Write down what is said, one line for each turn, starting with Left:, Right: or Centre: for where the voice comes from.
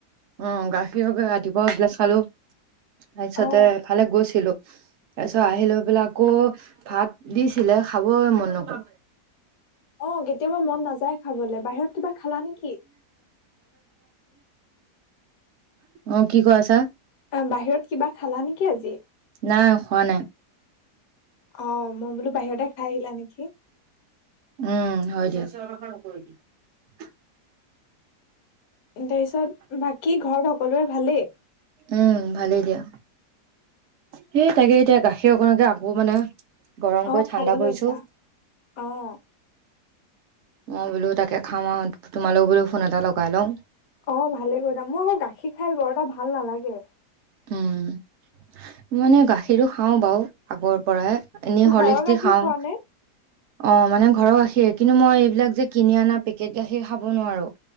Right: অ গাখীৰকে ৰাতিপুৱাও এগিলাছ খালো তাৰ পিছতে
Left: অ
Right: এফালে গৈছিলো। তাৰপিছত আহি লৈ পেলাই আকৌ ভাত দিছিলে খাবই মন নগল
Left: অ কেতিয়াবা মন নাযায় খাবলৈ বাহিৰত কিবা খালা নেকি?
Right: অ কি কৈ আছা
Left: অ বাহিৰত কিবা খালা নেকি আজি?
Right: নাই খোৱা নাই।
Left: অ মই বোলো বাহিৰতে খাই আহিলা নেকি?
Right: উম হয় দিয়ক <unintelligible>
Left: তাৰপিছত বাকী ঘৰত সকলোৰে ভালেই
Right: উম ভালেই দিয়া সেই তাকে এতিয়া গাখীৰ অকণকে আকৌ মানে গৰমকৈ
Left: অ
Right: ঠাণ্ডা
Left: খাব
Right: কৰিছো।
Left: লৈছা অ।
Right: মই বোলো তাকে খাম আৰু তোমালোক বোলো ফোন এটা লগাই লওঁ।
Left: অ ভালে কৰি দাম মই আকৌ গাখীৰ খাই বৰ এটা ভাল নালাগে।
Right: উম মানে গাখীৰো খাও বাৰু আগৰ পৰাই। এনেই সৰলিস্কদি
Left: ঘৰৰ গাখীৰ
Right: খাও
Left: খোৱা নে
Right: অ মানে ঘৰ গাখী সে কিন্তু মই এইবিলাক যে কিনি অনা পেকেট গাখীৰ খাব নোৱাৰোঁ।